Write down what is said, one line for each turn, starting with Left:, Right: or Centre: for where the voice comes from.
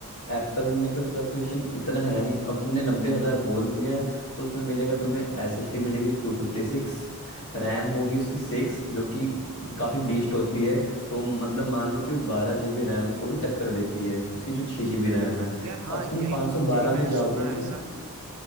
Left: एप्पल में तो स्पेसिफिकेशन इतना है नहीं अब तुमने नब्बे हजार बोल दिया है तो उसमें मिलेगा तुम्हें एसएसडी मिलेगी टू फिफ्टी सिक्स रैम होगी उसकी सिक्स जो कि काफी बीस्ट होती है तो मतलब मान लो कि वो बारह जीबी रैम को भी टक्कर देती है उसकी जो छह जीबी रैम है
Right: यार हाँ
Left: अब तुम
Right: यही
Left: पाँच सौ बारह
Right: यही मैंने
Left: में जाओगे
Right: सुना
Left: ना
Right: है ऐसा कि